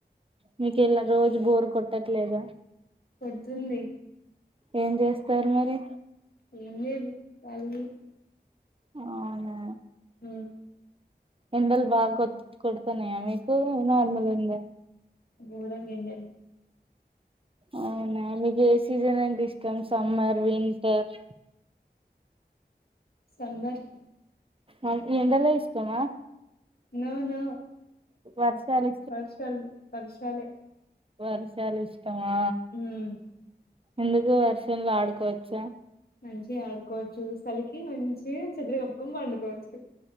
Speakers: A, on the right; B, on the left.
A: మీకు ఎలా రోజు బోర్ కొట్టట్లేద
B: కొడతుంది
A: ఏం జెస్తరు మరి
B: ఎం లేదు కాలినే
A: అవునా
B: మ్
A: ఎండల్ బాగా కొట్ కొడ్తున్నయా మీకు నార్మల్ ఉందా
B: గోరంగ్ ఎండలు
A: అవునా మీక్ ఏ సీజన్ అంటే ఇష్టం సమ్మర్, వింటర్
B: సమ్మర్
A: అ ఈ ఎండలే ఇష్టమా
B: నో నో
A: వర్షాలు
B: వర్షాల్ వర్షాలే
A: వర్షాల్ ఇష్టమా
B: ఉమ్
A: ఎందుకు వర్షంలో ఆడుకోవచ్చ
B: మంచిగ ఆడుకోవచ్చు సలికి మంచిగ చద్దర్ కప్పుకోన్ పండుకోవచ్చు.